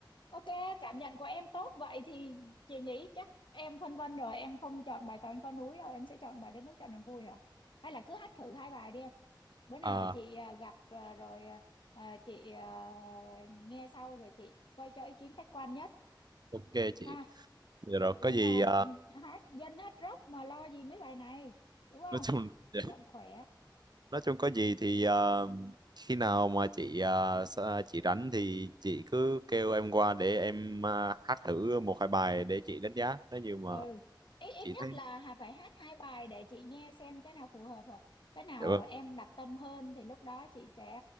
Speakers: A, on the left; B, on the right.
A: Ok, cảm nhận của em tốt vậy thì chị nghĩ chắc em phân vân rồi, em không chọn bài Tàu Anh Có Núi đâu, em sẽ chọn bài Đất Nước Cho Niềm Vui hả? Hay là cứ hát thử hai bài đi em. Bữa nào
B: à
A: chị à, gặp à, rồi à, à, chị à, nghe sau rồi chị coi cho ý kiến khách quan nhất
B: ok chị
A: ha.
B: dạ rồi
A: Nhưng
B: có gì
A: mà
B: ờ,
A: hát dân hát rock mà lo gì mấy bài này, đúng không?
B: nói chung dạ,
A: Giọng khỏe.
B: nói chung có gì thì ờ, khi nào mà chị ờ, sa- chị rảnh thì chị cứ kêu em qua để em ờ, hát thử một hai bài để chị đánh giá nếu như mà
A: ừ ít ít
B: chị
A: nhất
B: thấy
A: là hà- phải hát hai bài để chị nghe xem cái nào phù hợp à. cái nào
B: dạ vâng.
A: em đặt tâm hơn thì lúc đó chị sẽ